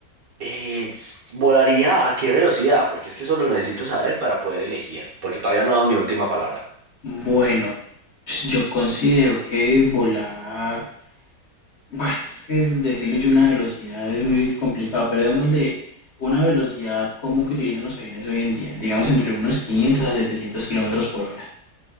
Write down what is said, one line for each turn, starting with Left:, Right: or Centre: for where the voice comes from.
Right: eh, s- ¿volaría a qué velocidad? Porque es que eso lo necesito saber para poder elegir, porque todavía no he dado mi última palabra.
Left: Bueno, pues, yo considero que volar, bah, es que decirle yo una velocidad es muy complicado, pero démosle una velocidad común que utilizan los aviones hoy en día, digamos entre unos 500 a 700 kilómetros por hora,